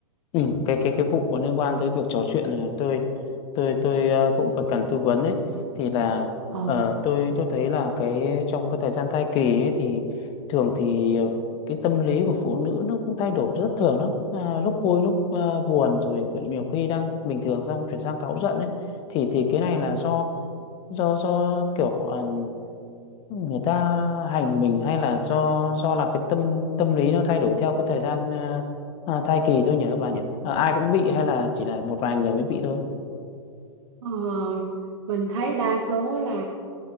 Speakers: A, on the left; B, on the right.
A: Ừ, cái cái cái vụ liên quan tới việc trò chuyện này tôi tôi tôi ờ, cũng phải cần tư vấn ấy thì là
B: Ờ.
A: ờ, tôi tôi thấy là cái trong cái thời gian thai kỳ ấy thì thường thì ờ, cái tâm lý của phụ nữ nó cũng thay đổi rất thường lắm à, lúc vui lúc ờ, buồn rồi nhiều khi đang bình thường xong chuyển sang cáu giận ấy thì thì cái này là do do do kiểu ờ, người ta hành mình hay là do do là cái tâm tâm lý nó thay đổi theo cái thời gian ờ, ờ, thai kỳ thôi nhỉ các bà nhỉ Ờ, ai cũng bị hay là chỉ là một vài người mới bị thôi
B: Ờ, mình thấy đa số là